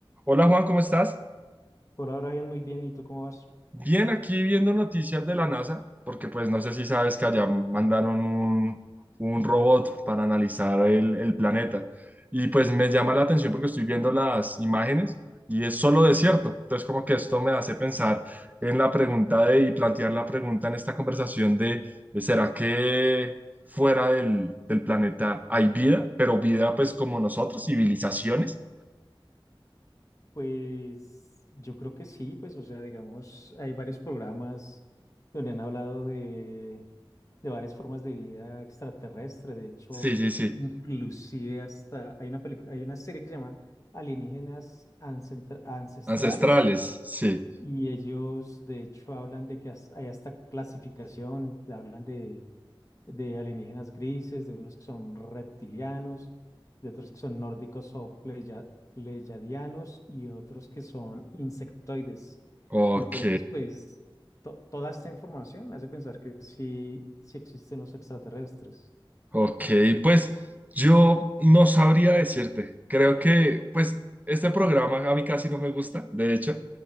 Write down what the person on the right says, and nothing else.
Hola Juan, ¿cómo estás?
Bien, aquí viendo noticias de la NASA, porque pues no sé si sabes que allá mandaron un, un robot para analizar el, el planeta. Y pues me llama la atención porque estoy viendo las imágenes y es solo desierto. Entonces como que esto me hace pensar en la pregunta de, y plantear la pregunta en esta conversación de, ¿será que fuera del, del planeta hay vida? Pero vida pues como nosotros, civilizaciones.
Sí, sí, sí.
Ancestrales, sí.
Ok,
ok, pues yo no sabría decirte. Creo que, pues, este programa a mí casi no me gusta, de hecho,